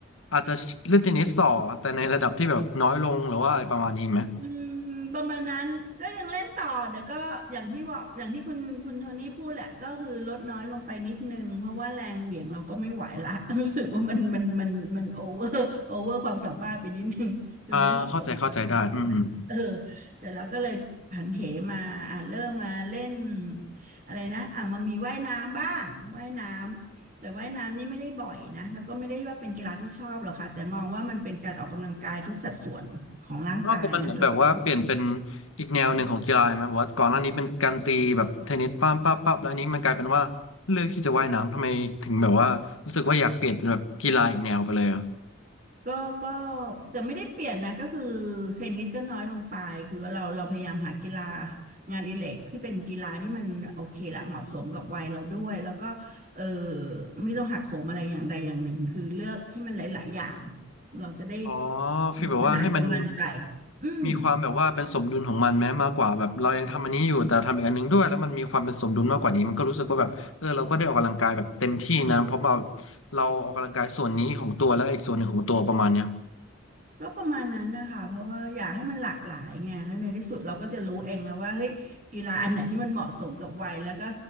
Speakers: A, on the left; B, on the right.
A: อาจจะเล่นเทนนิสต่อแต่ในระดับที่แบบน้อยลงหรือว่าอะไรประมาณนี้ไหม
B: อืมประมาณนั้นก็ยังเล่นต่อแต่ก็อย่างที่บอกอย่างที่คุณคุณโทนี่พูดแหละก็คือลดน้อยลงไปนิดนึงเพราะว่าแรงเหวี่ยงเราก็ไม่ไหวละ <laughs> รู้สึกว่ามันมันมันมันโอเวอร์โอเวอร์ <laughs> ความสามารถไปนิดนึงคือไม่เหมาะสมกับเราสักเท่าไหร่เออ
A: อ่าเข้าใจเข้าใจได้อืมอืม
B: เสร็จแล้วก็เลยผันเหมาอ่าเริ่มมาเล่นอะไรนะอ่ามามีว่ายน้ำบ้างว่ายน้ำ แต่ว่ายน้ำนี่ไม่ได้บ่อยนะแล้วก็ไม่ได้ว่าเป็นกีฬาที่ชอบหรอกค่ะแต่มองว่ามันเป็นการออกกำลังกายทุกสัดส่วนของร่างกายนะโดยเฉพาะ
A: นอกจากมันเหมือนแบบว่าเปลี่ยนเป็นอีกแนวหนึ่งของกีฬาไหมแบบว่าก่อนหน้านี้เป็นการตีแบบเทนนิสป้ามป้าปั๊บแล้วอันนี้มันกลายเป็นว่าเลือกที่จะว่ายน้ำทำไมถึงแบบว่ารู้สึกว่าอยากเปลี่ยนเป็นแบบกีฬาอีกแนวไปเลยอ่ะ
B: ก็ก็แต่ไม่ได้เปลี่ยนนะก็คือเทนนิสก็น้อยลงไปคือเราเราพยายามหากีฬางานอดิเรกที่เป็นกีฬาที่มันโอเคละเหมาะสมกับวัยเราด้วยแล้วก็เออไม่ต้องหักโหมอะไรอย่างใดอย่างหนึ่งคือเลือกให้มันหลายๆอย่างเราจะได้
A: อ๋อ
B: สนุกสนานกับมันไป
A: ฟีลแบบว่าให้มัน
B: อืม
A: มีความแบบว่าเป็นสมดุลของมันแม้มากกว่าแบบเรายังทำอันนี้อยู่แต่ทำอีกอันหนึงด้วยแล้วมันมีความเป็นสมดุลมากกว่านี้มันก็รู้สึกว่าแบบเออเราก็ได้ออกกำลังกายแบบเต็มที่นะเพราะเราเราออกกำลังกายส่วนนี้ของตัวแล้วอีกส่วนหนึ่งของตัวประมาณเนี้ย
B: ก็ประมาณนั้นนะคะเพราะว่าอยากให้มันหลากหลายไงแล้วในที่สุดเราก็จะรู้เองแล้วว่าเฮ้ยกีฬาอันไหนที่มันเหมาะสมกับวัยแล้วก็